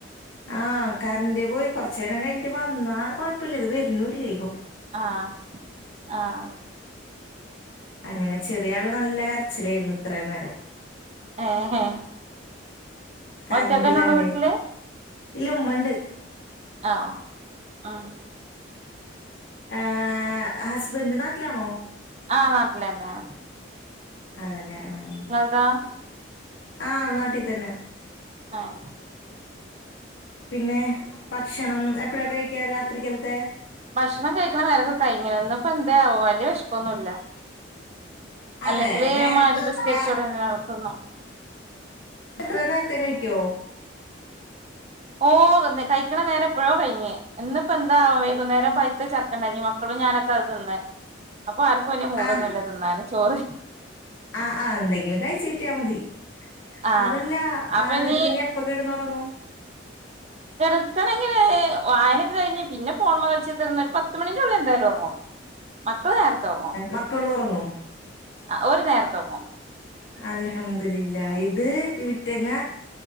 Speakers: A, on the left (about 75°); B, on the right (about 35°).
A: ആഹ് കറണ്ട് പോയി കൊറച്ചേരം കഴിഞ്ഞിട്ട് വന്നാ കൊയപ്പല്ല ഇത് വരുന്നുല്ലേ
B: ആഹ് ആഹ്
A: അങ്ങനെ ചെറിയാള് നല്ല കരച്ചിലെരുന്നു ഇത്ര നേരം.
B: ഏഹ്
A: കരന്റ്
B: ഒറ്റക്കന്നെള്ളൂ
A: ഇല്ലാണ്ടേ
B: വീട്ടില്
A: ഇല്ല ഉമ്മണ്ട്.
B: ആഹ് ആഹ്
A: ഏഹ് ഹസ്ബൻഡ് നാട്ടിലാണോ?
B: ആഹ് നാട്ടിലന്നെയാണ്.
A: അതെല്ലേ ആഹ്
B: ആഹ്
A: ആഹ് നാട്ടീ തന്നെ
B: ഏഹ്
A: പിന്നെ ഭക്ഷണം എപ്പഴാ കഴിക്ക രാത്രിക്കല്ത്തെ
B: ഭക്ഷണം കഴിക്കണ നേരക്കെ കഴിഞ്ണ് ഇന്ന്പ്പാന്തേവോ വല്യ വിഷപ്പൊന്നുല്ല.
A: അതെ
B: അല്ലെങ്കില്
A: നേര
B: മഗ്രിബ്സ്കരിച്ചോടെന്നെ
A: രാ
B: തിന്നു.
A: അത്ര നേരത്തെ കഴിക്കോ?
B: ഓ തിന്ന് കഴിക്കണ നേര എപ്പോഴോ കയിഞ് ഇന്നിപ്പോ എന്താ വൈകുന്നേരം പൈത്ത ചക്കണ്ടായിനി മക്കളും ഞാനൊ അത് നിന്നെ അപ്പൊ ആർക്കും വെല്യ മൂടൊന്നുല്ല
A: ആഹ്
B: തിന്നാന് ചോറ്
A: ആഹ് അ എന്തെങ്കിലു ക യിച് കിട്ടിയാ മതി
B: ആഹ്
A: അതല്ലന്നിട്ട്
B: അപ്പൊ ഇനി
A: നിങ്ങ എപ്പൊ കെടന്നുറങ്ങും
B: എടുക്കണെങ്കില് വായനൊക്കെ കയിഞ് പിന്നെ ഫോൺ മ്മകൾച്ച് തിര്ന്ന് ഒരു പത് പത്ത് മണിൻ്റെ ഉള്ളി എന്തായാലും ഒർങ്ങും മക്കൾ നേരത്തെ ഒർങ്ങും.
A: മക്കളുറങ്ങും.
B: അ ഒര് നേരതെറങ്ങും.
A: അൽഹംദുലില്ലാഹ് ഇത് ഇറ്റങ്ങ